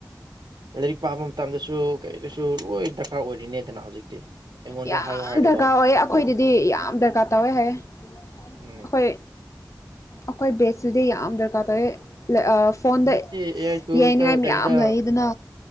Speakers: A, on the right; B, on the left.
A: ꯂꯥꯏꯔꯤꯛ ꯄꯥꯕ ꯃꯇꯝꯗꯁꯨ ꯀꯩꯗꯁꯨ ꯂꯣꯏ ꯗꯔꯀꯥꯔ ꯑꯣꯏꯔꯤꯅꯦꯗꯅ ꯍꯧꯖꯤꯛꯇꯤ ꯑꯩꯉꯣꯟꯗ
B: ꯌꯥꯝ
A: ꯍꯥꯏꯌꯨ ꯍꯥꯏꯔꯗꯤꯀꯣ
B: ꯗꯔꯀꯥꯔ ꯑꯣꯏ ꯑꯩꯈꯣꯏꯗꯗꯤ ꯌꯥꯝ ꯗꯔꯀꯥꯔ ꯇꯧꯋꯦ ꯍꯥꯏ ꯑꯩꯈꯣꯏ
A: ꯎꯝ
B: ꯑꯩꯈꯣꯏ ꯕꯦꯠꯁꯤꯗꯤ ꯌꯥꯝ ꯗꯔꯀꯥꯔ ꯇꯧꯋꯦ ꯐꯣꯟꯗ
A: ꯍꯧꯖꯤꯛꯇꯤ ꯑꯦ ꯑꯥꯏ ꯇꯨꯜꯁꯇ
B: ꯌꯥꯏꯅꯤꯡꯉꯥꯏ
A: ꯀꯩꯗ
B: ꯃꯌꯥꯝ ꯂꯩꯗꯅ